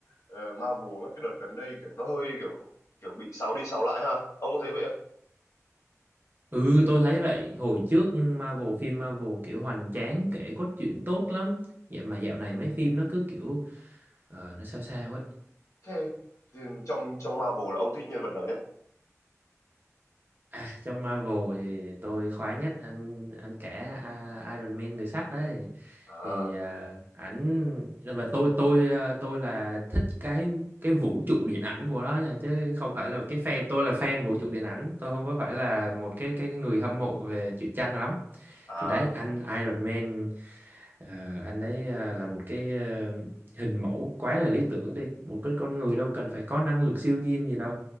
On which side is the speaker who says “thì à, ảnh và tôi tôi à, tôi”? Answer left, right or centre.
Right